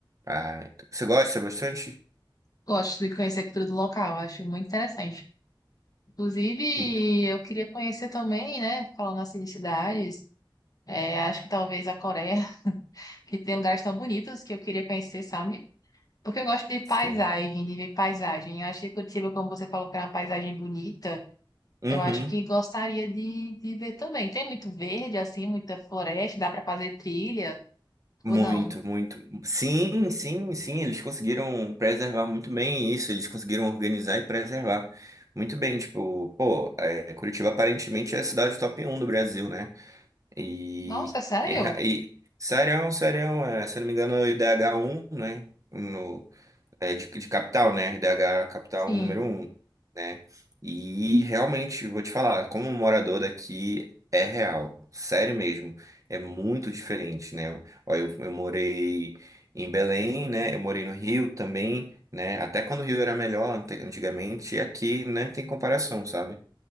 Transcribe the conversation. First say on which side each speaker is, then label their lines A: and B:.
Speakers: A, on the right; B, on the left.
A: Ah, então. você gosta bastante?
B: Gosto de conhecer a cultura do local, acho muito interessante. Inclusive,
A: Sim.
B: eu queria conhecer também, né, falando assim de cidades, é, acho que talvez a Coreia, <laughs> que tem lugares tão bonitos que eu queria conhecer, sabe? Porque eu gosto de paisagem,
A: Sim.
B: de ver paisagem. Eu acho que Curitiba, como você falou, que é uma paisagem bonita,
A: Uhum.
B: Eu acho que gostaria de, de ver também. Tem muito verde, assim, muita floresta, dá para fazer trilha
A: Muito,
B: ou não?
A: muito. Sim, sim, sim. Eles conseguiram preservar muito bem isso. Eles conseguiram organizar e preservar muito bem. Tipo, pô, é, Curitiba aparentemente é a cidade top um do Brasil, né? E,
B: Nossa, sério?
A: e, é ra- e Serião, Serião, é, se eu não me engano, é o idh um, né? No, é, de, de capital, né? IDH capital
B: Sim,
A: número um, né? E realmente, vou te falar, como um morador daqui, é real, sério mesmo. É muito diferente, né? Ó, eu, eu morei em Belém, né? Eu morei no Rio também, né? Até quando o Rio era melhor ante- antigamente, e aqui não tem comparação, sabe?